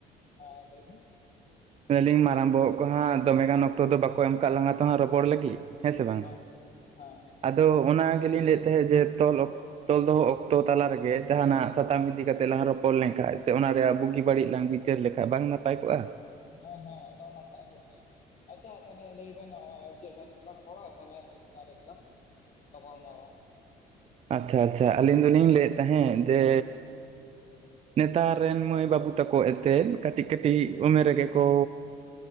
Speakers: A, on the left; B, on the right.
A: ᱦᱮᱸ ᱞᱟᱹᱭ ᱵᱮᱱ᱾
B: ᱞᱤᱧ ᱢᱟᱨᱟᱝ ᱵᱚᱦᱚᱜ ᱠᱚ ᱦᱟᱸᱜ ᱫᱚᱢᱮᱜᱟᱱ ᱚᱠᱛᱚ ᱫᱚ ᱵᱟᱠᱚ ᱮᱢ ᱠᱟᱜ ᱞᱟᱝ-ᱟ ᱛᱚ ᱦᱟᱸᱜ ᱨᱚᱯᱚᱲ ᱞᱟᱹᱜᱤᱜ? ᱦᱮᱸ ᱥᱮ ᱵᱟᱝ?
A: ᱦᱮᱸ ᱦᱮᱸ
B: ᱟᱫᱚ ᱚᱱᱟ ᱜᱮᱞᱤᱧ ᱞᱟᱹᱭ ᱮᱫ ᱛᱟᱦᱮᱸᱫ ᱡᱮ ᱛᱚᱞ ᱛᱚᱞ ᱫᱚᱦᱚ ᱚᱠᱛᱚ ᱛᱟᱞᱟ ᱨᱮᱜᱮ ᱡᱟᱦᱟᱱᱟᱜ ᱥᱟᱛᱟᱢ ᱤᱫᱤ ᱠᱟᱛᱮ ᱞᱟᱝ ᱨᱚᱯᱚᱲ ᱞᱮᱱ ᱠᱷᱟᱡ ᱥᱮ ᱚᱱᱟ ᱨᱮᱭᱟᱜ ᱵᱩᱜᱤ ᱵᱟᱹᱲᱤᱡ ᱞᱟᱝ ᱵᱤᱪᱟᱹᱨ ᱞᱮᱠᱷᱟᱡ ᱵᱟᱝ ᱱᱟ ᱯᱟᱭ ᱠᱚᱜᱼᱟ?
A: ᱦᱮᱸ ᱦᱮᱸ ᱮᱠᱫᱚᱢ ᱱᱟᱯᱟᱭ ᱠᱚᱜ ᱜᱮᱭᱟ᱾ ᱟᱪᱪᱷᱟ ᱛᱟᱦᱞᱮ ᱞᱟᱹᱭ ᱵᱮᱱ ᱪᱮᱫ ᱵᱟᱨᱮ ᱛᱮᱞᱟᱝ ᱦᱚᱲᱟ ᱛᱟᱦᱞᱮ ᱤᱱᱟᱹ ᱪᱮᱛᱟᱱ ᱨᱮᱜᱮᱞᱟᱝ ᱜᱟᱯᱟᱞ ᱢᱟᱨᱟᱣ
B: ᱟᱪᱪᱷᱟ ᱟᱪᱪᱷᱟ ᱟᱞᱤᱧ ᱫᱚᱞᱤᱧ ᱞᱟᱹᱭᱮᱫ ᱛᱟᱦᱮᱸᱫ ᱡᱮ ᱱᱮᱛᱟᱨ ᱨᱮᱱ ᱢᱟᱹᱭ ᱵᱟᱹᱵᱩ ᱛᱟᱠᱚ ᱮᱱᱛᱮᱫ ᱠᱟᱹᱴᱤᱡ ᱠᱟᱹᱴᱤᱡ ᱩᱢᱮᱨ ᱨᱮᱜᱮ ᱠᱚ